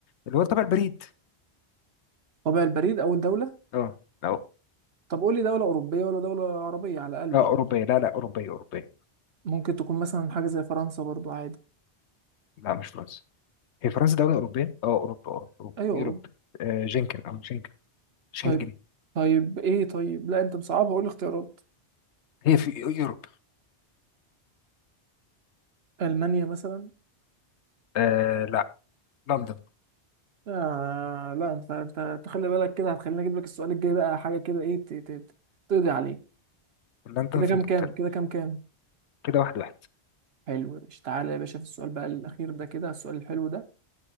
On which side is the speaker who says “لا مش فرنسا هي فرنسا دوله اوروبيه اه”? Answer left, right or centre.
Left